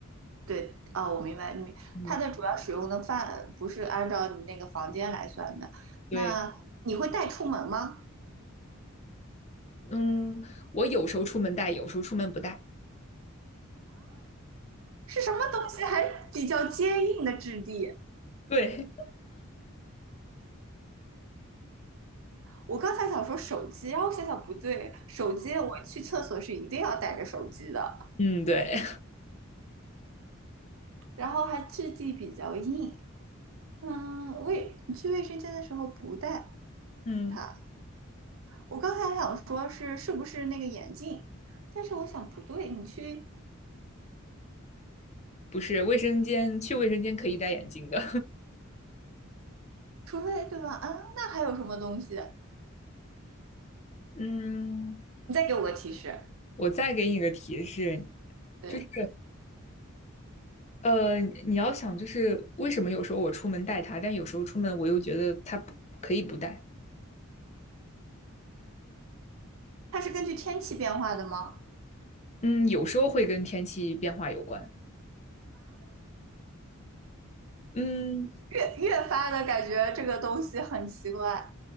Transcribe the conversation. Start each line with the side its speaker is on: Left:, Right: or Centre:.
Right: 对，啊，我明白，你它的主要使用的范不是按照你那个房间来算的。
Left: 嗯，对，
Right: 那你会带出门吗？
Left: 嗯，我有时候出门带，有时候出门不带，
Right: 是什么东西还比较坚硬的质地？
Left: 对，
Right: 我刚才想说手机，然后想想不对，手机我去厕所是一定要带着手机的，
Left: <laughs> 嗯，对，
Right: 然后还质地比较硬。嗯，卫去卫生间的时候不带
Left: <laughs> 嗯，
Right: 它。我刚才还想说是是不是那个眼镜，但是我想不对，你去，
Left: 不是，卫生间去卫生间可以戴眼镜的，
Right: 除非对吧？啊，那还有什么东西？
Left: <laughs> 嗯，
Right: 你再给我个提示。
Left: 我再给你个提示，
Right: 对，
Left: 就是呃，你要想就是为什么有时候我出门带它，但有时候出门我又觉得它不可以不带，
Right: 它是根据天气变化的吗？
Left: 嗯，有时候会跟天气变化有关，嗯，
Right: 越越发的感觉这个东西很奇怪，